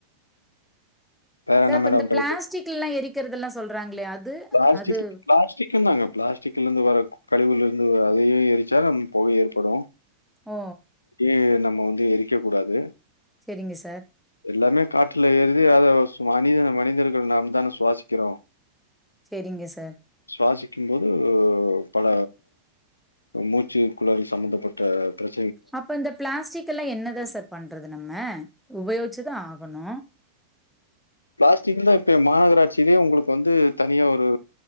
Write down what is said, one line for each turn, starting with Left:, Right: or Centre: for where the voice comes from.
Left: வேற
Centre: சார்
Left: என்ன
Centre: இப்ப
Left: மேடம்
Centre: இந்த
Left: டவுட்டு
Centre: பிளாஸ்டிக்குல்லா எரிக்கிறதுதெல்லா சொல்றாங்களோ அது
Left: ப்ளாஸ்டிக்
Centre: அது
Left: ப்ளாஸ்டிக் க்குந்தாங்க ப்ளாஸ்டிக்லருந்து வர கழிவுல இருந்து அதையே எரிச்சா நமக்கு புகை ஏற்படு
Centre: ஓ
Left: ஏன் நம்ம வந்து எரிக்க கூடாது
Centre: செரிங்க சார்
Left: எல்லாமே காற்றுல ஏரியுது அத மனித மனிதர்கள் நாம் தான சுவாசிக்கிறோ
Centre: செரிங்க சார்
Left: சுவாசிக்கும் போது பல மூச்சு குழல் சம்பந்தப்பட்ட ப்ரச்
Centre: அப்ப இந்த பிளாஸ்டிக்கல்லா என்னதா சார் பண்றது நம்ம உபயோகிச்சுதா ஆகணு
Left: ப்ளாஸ்டிக் தா இப்ப மாநகராட்சியிலேயே உங்களுக்கு வந்து தனியா ஒரு